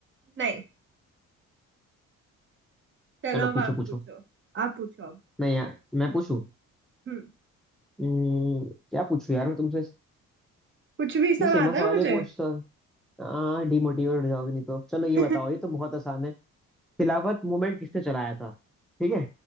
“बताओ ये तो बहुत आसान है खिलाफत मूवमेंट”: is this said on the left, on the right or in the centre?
Centre